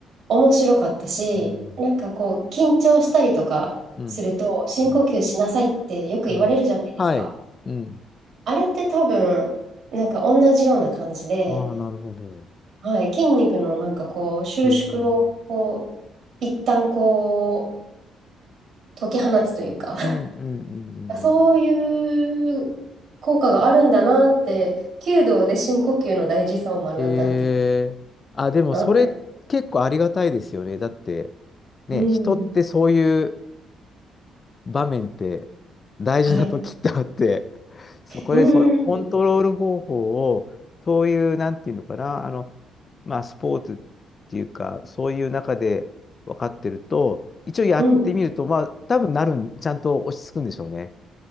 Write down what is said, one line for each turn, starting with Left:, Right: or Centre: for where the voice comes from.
Right: 面白かったし、
Left: うん、
Right: なんかこう、緊張したりとかすると、
Left: うん、
Right: 深呼吸しなさいってよく言われるじゃないですか。
Left: うん、うん。はい、うん。
Right: あれって多分、なんか同じような感じで、
Left: ああ、なるほど。
Right: はい、筋肉のなんかこう、収縮を、
Left: へえ。
Right: こう、一旦こう、解き放つというか、
Left: うんうんうんうんうん。
Right: <laughs> そういう効果があるんだなって、弓道で深呼吸の大事さを学んだっていう。
Left: えー、あ、でもそれ結構ありがたいですよね。
Right: はい
Left: だって、ね、
Right: うん。
Left: 人ってそういう場面って大事な時ってあって、
Right: はい。
Left: <laughs> そこでそのコントロール方法を、
Right: うん。
Left: そういう、なんていうのかな、あの、まあ、スポーツっていうか、そういう中で分かってると、一応やってみると、
Right: うん。
Left: まあ、多分なるん、ちゃんと落ち着くんでしょうね。